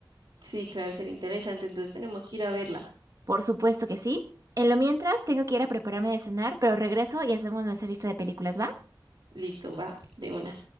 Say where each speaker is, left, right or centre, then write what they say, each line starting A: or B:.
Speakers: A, on the right (about 85°); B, on the right (about 45°).
A: sí, claro, sería interesante. Entonces tenemos que ir a verla.
B: Por supuesto que sí. En lo mientras, tengo que ir a prepararme de cenar, pero regreso y hacemos nuestra lista de películas, ¿va?
A: Listo, va, de una.